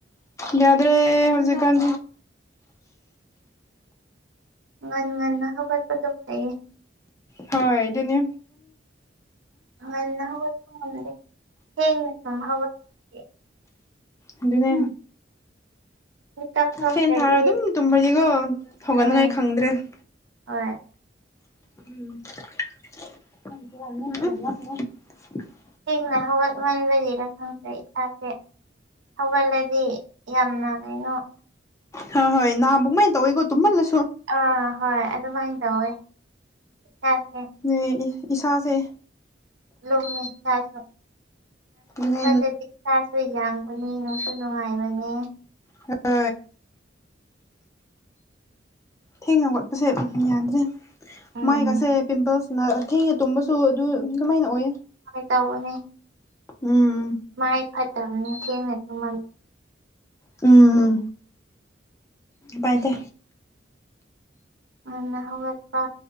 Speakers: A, on the left; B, on the right.
A: ꯌꯥꯗꯔꯦ ꯍꯔꯁꯤꯀꯥꯟ
B: ꯉꯟ ꯉꯟꯅ ꯍꯧꯒꯠꯄꯗꯨꯣ ꯐꯩꯌꯦ
A: ꯍ ꯑꯗꯨꯅꯦ
B: ꯃꯅ ꯍ ꯍ ꯍ
A: ꯑꯗꯨꯗꯨꯅꯦ
B: ꯃꯤꯀꯞ ꯊꯣꯛꯇ꯭ꯔꯗꯤ
A: ꯐꯦꯟ ꯊꯥꯔ ꯑꯗꯨꯝ ꯇꯨꯝꯕꯗꯤꯒꯣ ꯍꯧꯒꯠꯅꯤꯉꯥꯏ
B: ꯎꯝ
A: ꯈꯪꯗ꯭ꯔꯦ <unintelligible>
B: ꯍꯣꯏ
A: ꯎꯝꯅꯤ
B: ꯁꯦꯡꯅ ꯍꯧꯒꯠꯃꯟꯕꯒꯤꯗ ꯈꯪꯗ꯭ꯔꯦ ꯏꯁꯥꯁꯦ ꯊꯒꯜꯂꯗꯤ ꯌꯥꯝꯅ ꯀꯩꯅꯣ
A: ꯍ ꯍꯣꯏ ꯅꯅꯥ ꯕꯨꯛꯃꯥꯏ ꯇꯧ ꯏꯒꯣ ꯇꯨꯝꯜ ꯂ
B: ꯑꯥ ꯍꯣꯏ ꯑꯗꯨꯃꯥꯏꯅ ꯇꯧꯋꯦ ꯏꯁꯥꯁꯦ
A: ꯑ ꯏꯁꯥꯥꯁꯦ
B: ꯂꯃꯤ ꯊꯥꯁꯅ
A: ꯑꯗꯨꯅꯦ
B: ꯍꯗꯤ ꯆ ꯌꯥꯡꯕꯅꯦ ꯅꯨꯡꯁꯨ ꯅꯨꯡꯉꯥꯏꯕꯅꯦ
A: ꯍ ꯊꯦꯡꯅꯒꯠꯄꯁꯦ ꯌꯥꯗ꯭ꯔꯦ
B: ꯎꯝ
A: ꯃꯥꯏꯒꯁꯦ ꯄꯤꯝꯄꯜꯁꯅ ꯊꯦꯡꯅ ꯇꯨꯝꯕꯁꯨ ꯑꯗꯨ ꯑꯗꯨꯃꯥꯏꯅ ꯑꯣꯏꯌꯦ
B: ꯍꯣꯏ ꯇꯧꯕꯅꯦ
A: ꯎꯝ
B: ꯃꯥꯏ ꯐꯠꯇꯕꯅꯤ ꯊꯦꯡꯅ ꯑꯗꯨꯂ
A: ꯎꯝ ꯄꯥꯏꯇ
B: ꯉꯟꯅ ꯍꯧꯒꯠꯄ